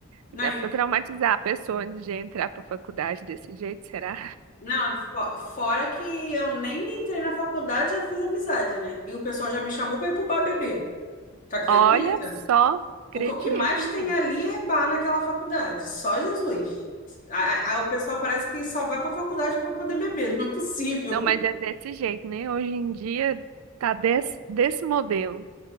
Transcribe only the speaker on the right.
Até
pra traumatizar a pessoa antes de entrar pra faculdade desse jeito, será?
Olha só, acredito,
menina.
Não, mas é desse jeito, né? Hoje em dia tá desse, desse modelo.